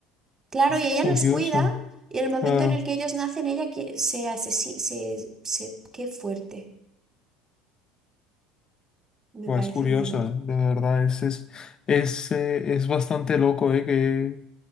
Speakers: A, on the right (about 25°); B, on the left (about 35°).
A: Claro, y
B: Qué
A: ella
B: curioso.
A: los cuida y en el momento
B: Claro,
A: en el que ellos nacen, ella que- se asesina, se, se... Qué fuerte, me
B: pues
A: parece
B: curioso,
A: muy loco.
B: ¿eh? De verdad, es, es, es, eh, es bastante loco, ¿eh? Que,